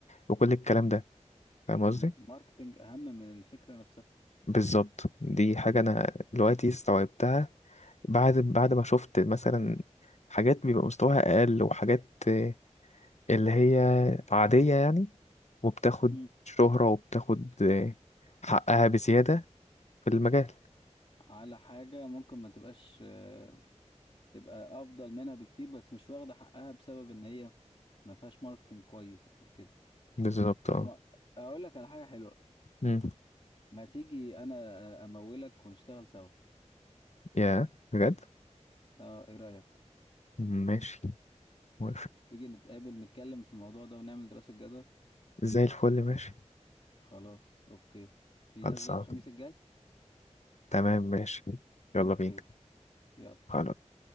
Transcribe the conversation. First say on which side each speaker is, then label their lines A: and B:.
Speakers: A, on the left; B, on the left.
A: وكل الكلام ده فاهم قصدي
B: ماركتنج اهم من الفكرة نفسها
A: بالظبط دي حاجه
B: امم
A: انا دلوقتي استوعبتها بعد بعد ما شفت مثلا حاجات بيبقى مستواها اقل وحاجات آه، اللي هي عاديه يعني وبتاخد
B: امم
A: شهره وبتاخد آه، حقها بزياده في المجال
B: على حاجة ممكن ما تبقاش آه، تبقى افضل منها بكتير بس مش واخدة حقها بسبب ان هي ما فيهاش ماركتنج كويس او كده
A: بالظبط اه
B: وما- اقول لك على حاجة حلوة
A: مم.
B: ما تيجي انا آه، امولك ونشتغل سوا
A: يا بجد
B: اه ايه رأيك
A: ماشي موافق
B: تيجي نتقابل نتكلم في الموضوع ده ونعمل دراسة جدوى
A: زي الفل ماشي
B: خلاص اوكي بيناسبك
A: خلصان
B: الخميس الجاي
A: تمام ماشي يلا
B: اوكي
A: بينا
B: يلا
A: خلاص